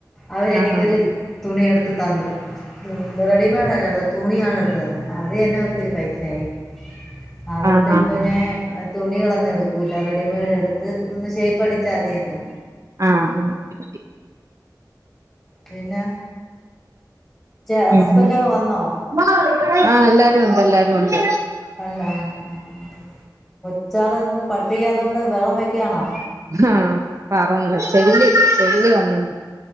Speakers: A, on the left; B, on the right.
A: അവരെനിക്കൊരു
B: ആഹ് ആഹ്
A: തുണി എടുത്ത് തന്നു റെഡിമെയഡല്ലർന്നു തുണിയാണ് എടുത്ത് തന്ന് അത് തന്നെ ഒത്തിരി പൈസയായി അതുകൊണ്ട്
B: ആഹ് ആഹ് ആഹ്
A: ഇപ്പൊ ഞാൻ അത് തുണികളൊന്നും എടുക്കൂല്ല റെഡിമെയ്ഡ് എടുത്ത് ഒന്ന് ഷേ്പ്പ് അടിച്ചാതിയല്ലോ
B: അഹ് മതി മതി
A: പിന്നാ ചേ ഹസ്ബെന്റോക്കെ
B: ഉം
A: വന്നോ
B: ഉം ആഹ് എല്ലാരുണ്ട് എല്ലാരുണ്ട്
A: വന്നാ ആഹ് ആഹ് കൊച്ചാളന്ത്‌ പഠിപ്പിക്കാത്തൊണ്ട് ബഹളംവെയ്ക്കാണോ
B: ആഹ് പറന്നു ചെല്ലി ചെല്ലി വന്നെന്ന്